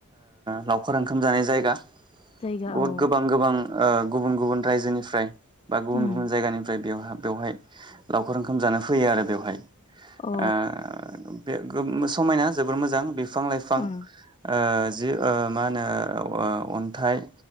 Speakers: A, on the right; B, on the left.
A: लावखार ओंखाम जानाय जायगा ।
B: जायगा
A: बुहुथ
B: औ
A: गोबां गोबां ओ गुबुन गुबुन रायजोनिफ्राय बा गुबुन
B: उम
A: गुबुन जायगानिफ्राय बेयावहा बेवहाय लावखार ओंखाम जानो फैयो आरो बेवहाय ।
B: अ ओ
A: ओ बे गोब समायना जोबोर मोजां बे बिफां लाइफां
B: ओ
A: ओ जि ओ मा होनो ओ औ अन्थाइ